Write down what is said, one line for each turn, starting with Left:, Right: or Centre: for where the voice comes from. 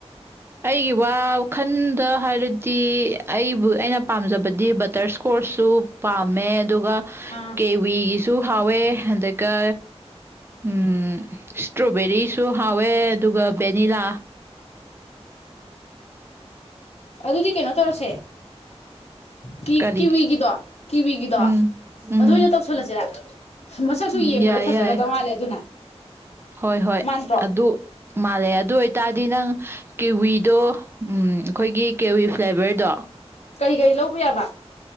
Right: ꯑꯩꯒꯤ ꯋꯥꯈꯟꯗ ꯍꯥꯏꯔꯗꯤ ꯑꯩꯕꯨ ꯑꯩꯅ ꯄꯥꯝꯖꯕꯗꯤ ꯕꯇꯔ ꯏꯁꯀꯣꯔꯁꯁꯨ ꯄꯥꯝꯃꯦ ꯑꯗꯨꯒ
Left: ꯑꯥ
Right: ꯀꯦꯋꯤꯒꯤꯁꯨ ꯍꯥꯎꯋꯦ ꯑꯗꯨꯒ ꯎꯝ ꯏꯁꯇ꯭ꯔꯣꯕꯦꯔꯤꯁꯨ ꯍꯥꯎꯋꯦ ꯑꯗꯨꯒ ꯚꯦꯅꯤꯂꯥ
Left: ꯑꯗꯨꯗꯤ ꯀꯩꯅꯣ ꯇꯧꯔꯁꯦ ꯀꯤ
Right: ꯀꯔꯤ
Left: ꯀꯤꯋꯤꯒꯤꯗꯣ ꯀꯤꯋꯤꯒꯤꯗꯣ
Right: ꯎꯝ ꯎꯝ
Left: ꯑꯗꯨ ꯑꯣꯏꯅ ꯇꯧꯁꯜꯂꯁꯤꯔ ꯃꯁꯛꯁꯨ
Right: ꯎꯝ
Left: ꯌꯦꯡꯕꯗ
Right: ꯌꯥꯏ
Left: ꯐꯖꯒꯗꯧ
Right: ꯌꯥꯏ
Left: ꯃꯥꯜꯂꯦ ꯑꯗꯨꯅ
Right: ꯍꯣꯏ ꯍꯣꯏ
Left: ꯃꯥꯟꯗ꯭ꯔꯣ
Right: ꯑꯗꯨ ꯃꯥꯜꯂꯦ ꯑꯗꯨ ꯑꯣꯏꯇꯥꯔꯗꯤ ꯅꯪ ꯀꯦꯋꯤꯗꯣ ꯎꯝ ꯑꯩꯈꯣꯏꯒꯤ ꯀꯦꯋꯤ ꯐ꯭ꯂꯦꯚꯔꯗꯣ
Left: ꯀꯔꯤ ꯀꯔꯤ ꯂꯧꯕ ꯌꯥꯕ